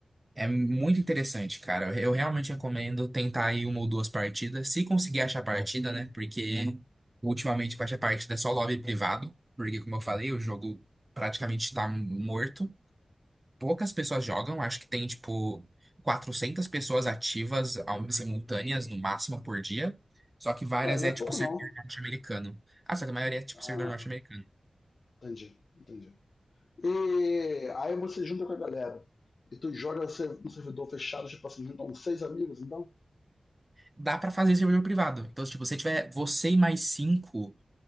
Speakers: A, on the right; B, on the left.
A: É muito interessante, cara. Eu, eu realmente recomendo tentar aí uma ou duas partidas, se conseguir achar partida, né? Porque ultimamente pra achar partida é só lobby privado, porque como eu falei, o jogo praticamente tá morto. poucas pessoas jogam, acho que tem tipo 400 pessoas ativas ao- simultâneas no máximo por dia, só que várias
B: Ué, não
A: é
B: é
A: tipo
B: pouco
A: servidor
B: não.
A: norte-americano. Ah, só que a maioria é tipo
B: Ah,
A: servidor norte-americano.
B: entendi, entendi. E aí você junta com a galera. E tu joga no ser- no servidor fechado, tipo assim, junta uns seis amigos, então.
A: Dá pra fazer servidor privado. Então, se tipo, você tiver você e mais cinco,